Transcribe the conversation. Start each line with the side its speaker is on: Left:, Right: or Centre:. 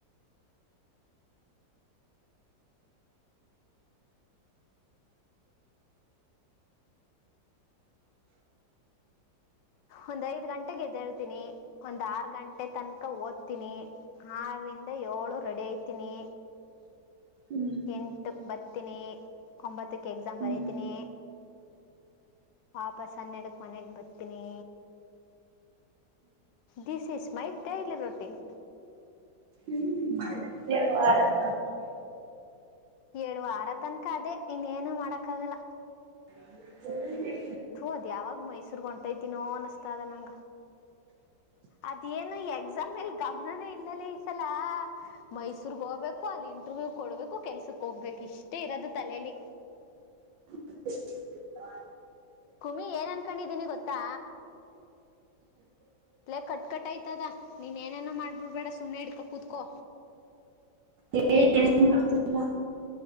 Left: ಒಂದ್ ಐದು ಗಂಟ್ ಟೀಗ್ ಎದೇಳ್ತೀನಿ ಒಂದ್ ಆರು ಗಂಟೆ ತನಕ ಓದ್ತೀನಿ ಆರಿಂದ ಯೋಳು ರೆಡಿ ಐ ತಿನ್ನಿ
Right: ಹ್ಮ್
Left: ಎಂಟುಕ್ ಬತ್ತಿನಿ ಒಂಬತ್ ಹತ್ತಕ್ ಎಕ್ಸಾಮ್
Right: ಹ್ಮ್
Left: ಬರಿತೀನಿ ವಾಪಸ್ ಹನ್ನೆರಡಕ್ ಮನೆಗೆ ಬತ್ತಿನಿ this is my daily routine
Right: hmm ಎರಡ್ ವಾರಕ್
Left: ಏಡ್ ವಾರ ತನ್ಕ ಅದೇ ಇನ್ ಏನು ಮಾಡಕ್ಕ ಆಗಲ್ಲ
Right: <unintelligible>
Left: ತು ಅದ್ ಯಾವಾಗ್ ಮೈಸೂರ್ಗ್ ಹೊಂಟೈತಿನೋ ಅನಸ್ತದ್ ನಂಗ ಅದೇನು ಎಕ್ಸಾಮ ಮೇಲ್ ಗಮನನೇ ಇಲ್ಲಲ್ಲೆ ಈಸಲ ಮೈಸೂರ್ಗ್ ಹೋಗ್ಬೇಕು ಅಲ್ ಇಂಟರ್ವ್ಯೂ ಕೊಡ್ಬೇಕು ಕೆಲ್ಸಕ್ ಹೋಗ್ಬೇಕು ಇಷ್ಟೇ ಇರದು ತಲೆಲಿ
Right: <unintelligible>
Left: ಕುಮಿ ಏನ್ ಅನ್ಕೊಂಡಿದ್ದೀನಿ ಗೊತ್ತಾ ಲೆಕ್ಕಟ್ ಟ್ಕಟ್ಟಾಯ್ತದ ನೀನ್ ಏನೇನೋ ಮಾಡ್ಬಿಡ್ಬೇಡ ಸುಮ್ಮ್ನೆ ಹಿಡ್ಕೋ ಕುತ್ಕೋ
Right: ಎ ಎ ಏನ್ ಮಾಡ್ತಿಲ್ಲ